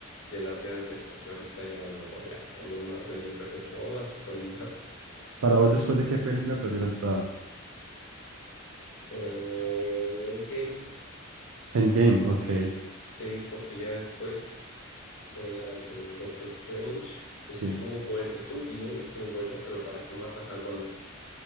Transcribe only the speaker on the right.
Para vos, después de qué película perdieron toda.
Endgame, ok.
Sí.